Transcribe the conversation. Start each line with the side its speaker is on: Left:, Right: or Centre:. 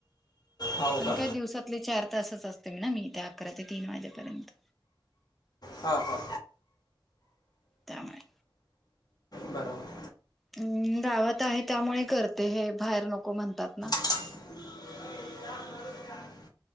Left: हो
Centre: पण
Left: का
Centre: काय दिवसातले चार तासच असते ना मी, त्या अकरा ते तीन वाजेपर्यंत.
Left: हा हा.
Centre: त्यामुळे.
Left: बरोबर.
Centre: हम्म गावात आहे त्यामुळे करते हे, बाहेर नको म्हणतात ना.
Left: <inaudible>